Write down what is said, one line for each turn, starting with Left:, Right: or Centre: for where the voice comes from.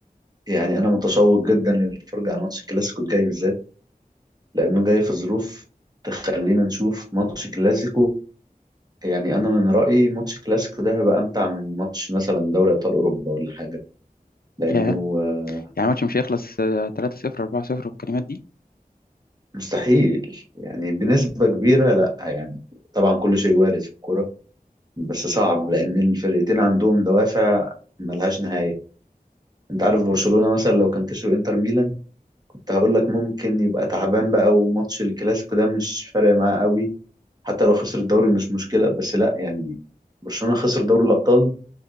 Right: يعني انا متشوق جدا للفرجه على ماتش الكلاسيكو الجاي بالذات لانه جاي في ظروف تخلينا نشوف ماتش كلاسيكو يعني انا من رايي ماتش الكلاسيكو ده هيبقى امتع من ماتش مثلا دوري ابطال اوروبا ولا حاجه لانه
Left: ياه
Right: آه،
Left: يعني الماتش مش هيخلص آه 3-0 4-0 والكلمات دي
Right: مستحيل يعني بنسبه كبيره لا يعني طبعا كل شيء وارد في الكوره بس صعب لان الفرقتين عندهم دوافع ملهاش نهايه انت عارف برشلونه مثلا لو كان كسب انتر ميلان كنت هقول لك ممكن يبقى تعبان بقى وماتش الكلاسيكو ده مش فارق معاه قوي حتى لو خسر الدوري مش مشكلة بس لا يعني برشلونة خسر دوري الأبطال